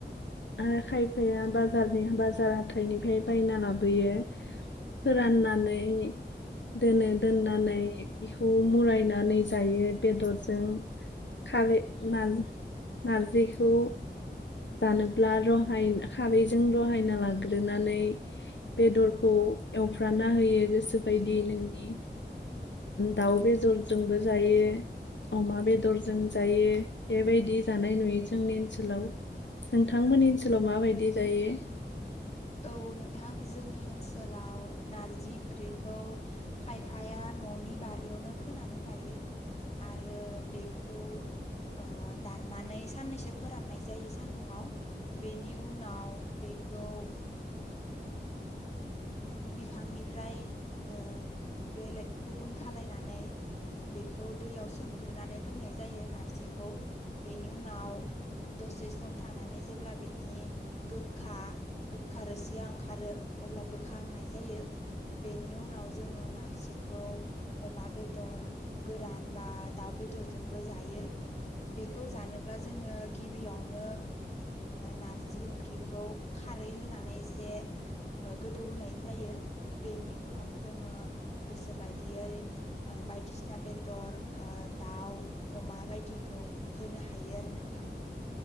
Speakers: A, on the left; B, on the left.
A: आरो खायफाया बाजारनि बाजार हाथाइनिफ्राय बायना लाबोयो फोराननानै दोनो दोननानै बेखौ मुरायनानै जायो बेदरजों खारै नारजि नारजिखौ जानो <unintelligible> रहाय खारैजों रहायना लाग्रोनानै बेदरखौ एवफ्राना होयो गोसोबायदि नोंनि दाउ बेदरजोंबो जायो अमा बेदरजों जायो बेबायदि जानाय नुयो जोंनि ओनसोलाव नोंथांमोननि ओनसोलाव माबायदि जायो?
B: औ नोंथां जोंनि ओनसोलाव नारजि ओंख्रिखौ खायफाया न'नि बारियावनो फोनानै लायो आरो बेखौ ओ दाननानै साननैसो फोराननाय जायो सान्दुंङाव बेनि उनाव बेखौ ओ बिफांनिफ्राय ओ बेलेग गुबुन खालायनानै बेखौ दैयाव सोमग्रोनानै दोननाय जायो नारजिखौ बेनि उनाव दसे सम थानानै जेब्ला बेनि गोखा गोखा रोसिया ओंखारो अब्ला बो खांनाय जायो बेनि उनाव जोङो नारजिखौ अमा बेदर गोरान बा दाउ बेदरजोंबो जायो बेखौ जानोब्ला जोङो गिबियावनो नारजि ओ ओंख्रिखौ खारै होनानै एसे ओ गोदौ होनाय जायो बेनि उनाव जोङो गोसो बायदियै ओ बायदिसिना बेदर ओ दाउ अमा बायदिखौ होनो हायो आरो नोंथां